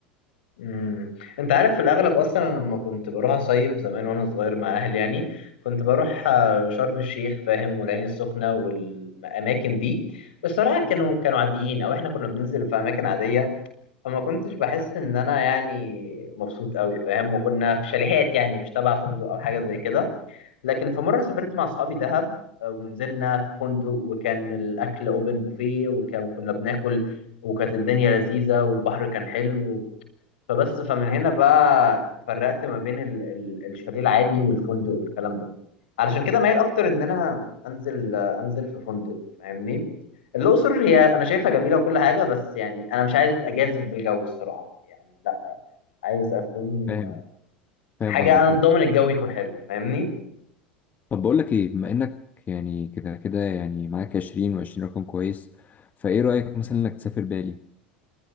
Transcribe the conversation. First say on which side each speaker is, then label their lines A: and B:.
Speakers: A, on the left; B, on the left.
A: امم أنت عارف في الأغلب أصلا أنا لما كنت بروح أصيف زمان وأنا صغير مع أهلي يعني كنت بروح آه، شرم الشيخ فاهم والعين السخنة والأماكن دي الصراحة كانوا كانوا عاديين أو إحنا كنا بننزل في أماكن عادية فما كنتش بحس إن أنا يعني مبسوط قوي فاهم وكنا في شاليهات يعني مش تبع فندق أو حاجة زي كده لكن في مرة سافرت مع أصحابي دهب آه، ونزلنا في فندق وكان الأكل أوبن بوفيه وكان- وكنا بناكل وكانت الدنيا لذيذة والبحر كان حلو فبس فمن هنا بقى فرقت ما بين ال ال الشاليه العادي والفندق والكلام ده علشان كده مايل أكتر إن أنا أنزل آه، أنزل في فندق فاهمني الأقصر هي أنا شايفها جميلة وكل حاجة بس يعني أنا مش عايز أجازف بالجو الصراحة يعني لا عايز أكون
B: فاهم
A: آه،
B: فاهم
A: حاجة
B: قصدك
A: أنا
B: أه
A: ضامن الجو يكون حلو فاهمني
B: طب بقول لك إيه بما إنك يعني كده كده يعني معاك 20 و20 رقم كويس فإيه رأيك مثلا إنك تسافر بالي؟